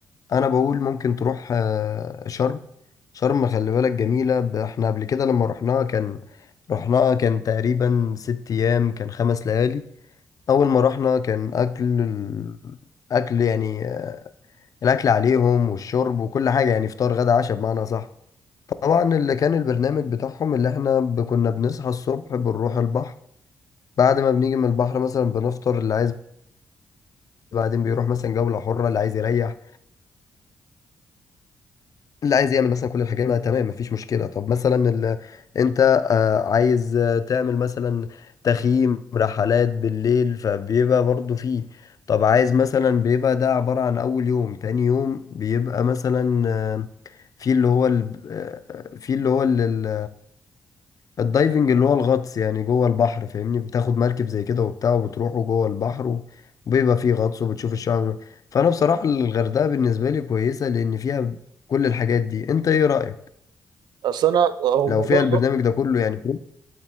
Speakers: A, on the left; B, on the right.
A: انا بقول ممكن تروح آه، شرم شرم خلي بالك جميلة ب- احنا قبل كده لما رحناها كان رحناها كان تقريبا ست ايام كان خمس ليالي اول ما رحنا كان اكل ال- اكل يعني آه، الاكل عليهم والشرب وكل حاجة يعني فطار غدا عشاء بمعنى صح طبعا اللي كان البرنامج بتاعهم اللي احنا ب- كنا بنصحى الصبح بنروح البحر بعد ما بنيجي من البحر مثلا بنفطر اللي عايز بعدين بيروح مثلا جولة حرة اللي عايز يريح اللي عايز يعمل مثلا كل الحاجات دي تمام مفيش مشكلة طب مثلا ال... انت آه، عايز آه، تعمل مثلا تخييم رحلات بالليل فبيبقى برضو فيه طب عايز مثلا بيبقى ده عبارة عن أول يوم تاني يوم بيبقى مثلا آه، في اللي هو ال... آه، آه، في اللي هو ال... الدايفنج اللي هو الغطس يعني جوه البحر فاهمني بتاخد مركب زي كده وبتاع وبتروحوا جوه البحر و- وبيبقى فيه غطس وبتشوف الشعب فانا بصراحة الغردقة بالنسبة لي كويسة لان فيها كل الحاجات دي انت ايه رأيك
B: اصل انا هو
A: لو
B: موضوع
A: فيها البرنامج
B: الغطس
A: ده كله يعني تروح